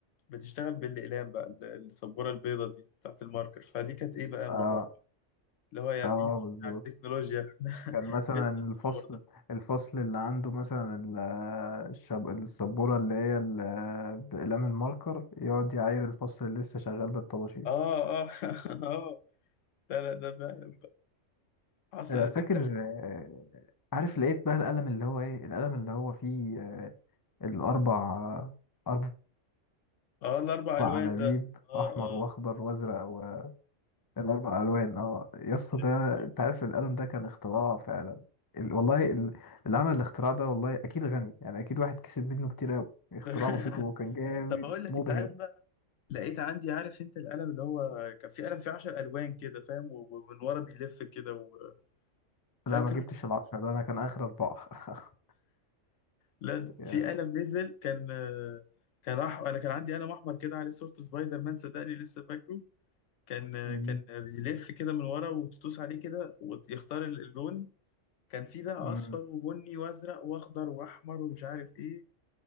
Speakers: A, on the left; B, on the left.
A: بتشتغل بالاقلام بقى ال- السبوره البيضه دي بتاعت الماركر فدي كانت ايه بقى انبهار
B: اه
A: اللي هو يا
B: اه
A: دين
B: بالظبط
A: على التكنولوجيا <laughs> احنا
B: كان مثلا
A: ايه التطور
B: الفصل
A: ده
B: الفصل اللي عنده مثلا ال- الشب... السبورة اللي هي ال- بأقلام الماركر يقعد يعاير الفصل اللي لسه شغال بالطباشير
A: اه اه <laughs> اه لا لا ده فعلا بقى حصلت
B: آه، فاكر آه، عارف لقيت بقى القلم اللي هو ايه القلم اللي هو فيه آه، الأربع أربع
A: اه الاربع الوان
B: اربع عناويب
A: ده اه
B: احمر واخضر
A: اه
B: وازرق والاربع الوان اه يا اسطى
A: يا
B: ده
A: نهار
B: انت عارف القلم ده كان اختراع فعلا ال... والله ال... اللي عمل الاختراع ده والله اكيد غني يعني اكيد واحد كسب منه كتير قوي اختراع
A: أبيض.
B: بسيط وكان
A: <laughs>
B: جامد
A: طب اقول لك
B: مبهر
A: انت عارف بقى لقيت عندي عارف انت القلم اللي هو كان في قلم فيه 10 الوان كده فاهم و- ومن ورا بيلف كده و- فاكره
B: لا ما جبتش العشرة ده انا كان اخر اربعة <laughs>
A: لا د-
B: يا-
A: في قلم نزل كان آه، كان أح... انا كان عندي قلم احمر كده عليه صورة سبايدر مان صدقني لسه فاكره كان آه،
B: أمم،
A: كان بيلف كده من ورا وتدوس عليه كده ويختار اللون كان في بقى
B: أمم.
A: اصفر وبني وازرق واخضر واحمر ومش عارف ايه